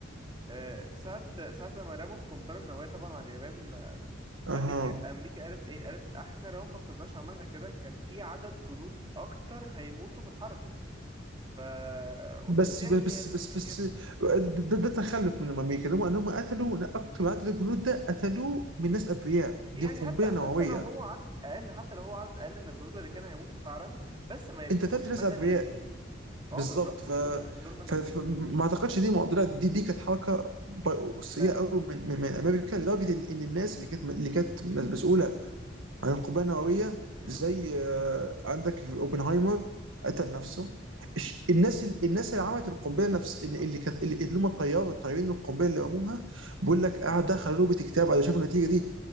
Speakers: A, on the right; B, on the right.
A: آه، ساعة ساعة لما رموا القنبلة النووية طبعا على اليابان آه،
B: اها
A: أمريكا أمريكا قالت إيه؟ قالت إحنا لو ما كناش عملنا كده كان في عدد جنود أكتر هيموتوا في الحرب ف which
B: بس
A: is يعني
B: بس بس بس
A: كانت
B: ده, ده تخلف من الامريكا انهم انهم قتلوا اكتر عدد الجنود ده قتلوه من ناس ابرياء
A: يعني
B: دي قنبله
A: حتى
B: نوويه
A: حتى لو هو عدد أقل حتى لو هو عدد أقل من الجنود اللي كانوا هيموتوا فعلا بس ما يبقوش
B: انت قتلت ناس
A: مدنيين
B: ابرياء
A: اه
B: بالظبط
A: بالظبط
B: ف...
A: دول دول مدنيين
B: ف... فما اعتقدش دي معضله دي دي كانت حركه ب- سيئه
A: آه،
B: قوي من من, من امريكا لدرجه ان ان الناس اللي كانت اللي كانت مسؤوله عن القنبله النوويه
A: مم.
B: زي آه، عندك في اوبنهايمر قتل نفسه الش- الناس ال- الناس اللي عملت القنبله
A: بالظبط
B: نفس
A: بالظبط
B: اللي اللي كانت اللي اللي هم الطيار الطيارين القنبله اللي رموها بيقول لك قعد دخل نوبه اكتئاب على شافوا النتيجه دي